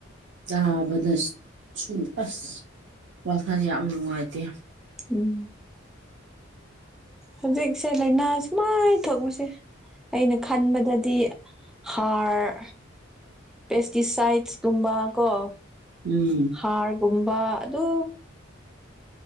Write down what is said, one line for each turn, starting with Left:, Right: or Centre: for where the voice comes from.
Right: ꯇꯥꯕꯗꯁꯨ ꯑꯁ ꯋꯥꯈꯜ ꯌꯥꯝ ꯅꯨꯡꯉꯥꯏꯇꯦ
Centre: ꯎꯝ ꯍꯧꯖꯤꯛꯁꯦ ꯂꯩꯅꯥ ꯁꯨꯝꯃꯥꯏ ꯇꯧꯕꯁꯦ ꯑꯩꯅ ꯈꯟꯕꯗꯗꯤ ꯍꯥꯔ ꯄꯦꯁꯇꯤꯁꯥꯏꯠꯁꯀꯨꯝꯕ ꯀꯣ
Right: ꯎꯝ
Centre: ꯍꯥꯔꯒꯨꯝꯕ ꯑꯗꯨ